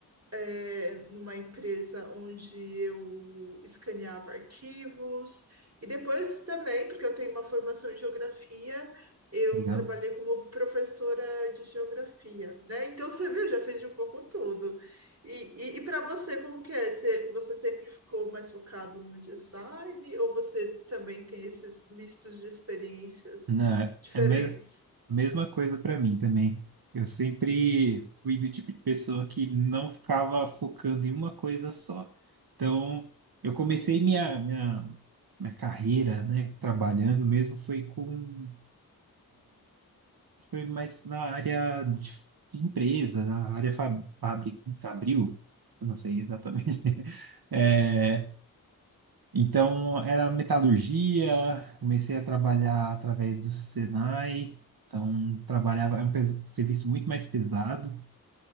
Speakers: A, on the right; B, on the right.
A: é, numa empresa onde eu escaneava arquivos. E depois também, porque eu tenho uma formação em geografia, eu
B: legal.
A: trabalhei como professora de geografia, né? Então você viu, eu já fiz de um pouco tudo. E, e, e para você, como que é? Você, você sempre ficou mais focado no design ou você também tem esses mistos de experiências
B: Não, é
A: diferentes?
B: a mes- mesma coisa para mim também. Eu sempre fui do tipo de pessoa que não ficava focando em uma coisa só. Então, eu comecei minha, minha, minha carreira, né, trabalhando mesmo, foi com foi mais na área de, de empresa, na área fa- fabri, fabril, eu não sei exatamente.
A: Uhum.
B: <laughs> É, então, era metalurgia, comecei a trabalhar através do Senai, então trabalhava, é um pes- serviço muito mais pesado.